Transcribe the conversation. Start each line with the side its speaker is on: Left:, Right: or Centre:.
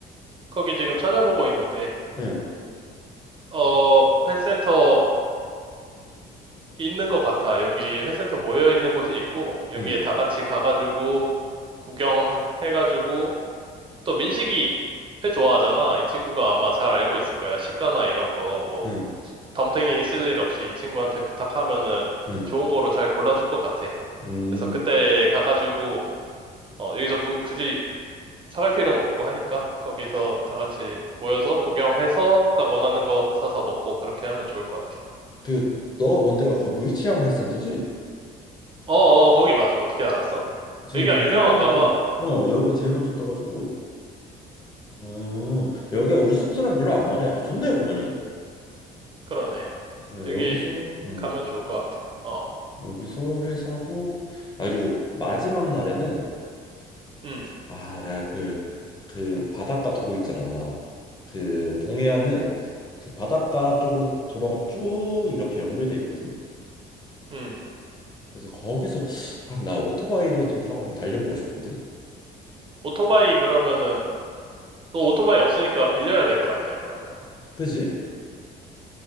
Right: 거기 지금 찾아보고 있는데
Left: 응
Right: 어 회센터 있는 것 같아. 여기 회센터 모여 있는 곳이 있고 여기에
Left: 응
Right: 다 같이 가가지고 구경해가지고 또 민식이 회 좋아하잖아. 이 친구가 아마 잘 알고 있을 거야. 시가나 이런 거, 뭐,
Left: 응
Right: 덤탱이 쓸 일 없이 이 친구한테 부탁하면은
Left: 응
Right: 좋은 거로 잘 골라줄 것 같아.
Left: 음
Right: 그래서 그때 가가지고, 어, 여기서 무- 굳이 사갈 필요는 없고 하니까 거기서 다 같이 모여서 구경해서 딱 원하는 거 사서 먹고 그렇게 하면 좋을 것 같아.
Left: 그 너가 본 데가 그 물치향 회센터지?
Right: 어어, 거기 맞아. 어떻게 알았어?
Left: 지금
Right: 여기가
Left: 지금
Right: 유명한가
Left: 태봉인데
Right: 봐.
Left: 어 여기가 제일 먼저 떠가지고 어 여기가 우리 숙소랑 별로 안 멀네 아 좋네 그러면은
Right: 그러네.
Left: 어,
Right: 여기
Left: 여기서 어
Right: 가면 좋을 것 같아. 어,
Left: 여기서 회사고 아 그리고 마지막 날에는
Right: 음,
Left: 아 내가 그 그 바닷가 도로 있잖아 그 동해안은 그 바닷가 쪽으로 도로가 쭉 이렇게 연결돼 있거든
Right: 음.
Left: 그래서 거기서 아, 나 오토바이를 좀 타고 한번 달려보고 싶거든
Right: 오토바이 그러면은 너 오토바이 없으니까 빌려야 될 거 아니야, 그러면.
Left: 그지